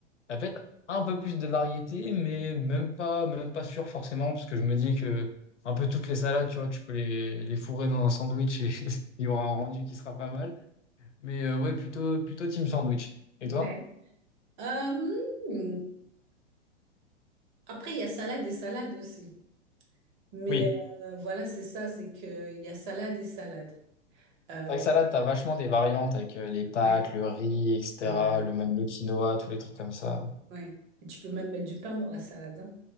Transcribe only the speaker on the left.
la fête, un peu plus de variété, mais même pas, même pas sûr forcément, parce que je me dis que un peu toutes les salades, tu vois, tu peux les, les fourrer dans un sandwich et <laughs> il y aura un rendu qui sera pas mal. Mais euh, ouais, plutôt, plutôt team sandwich. Et toi?
Oui.
C'est vrai que salade, t'as vachement des variantes avec euh, les pâtes,
le riz, etc.,
le même le quinoa, tous les trucs comme ça.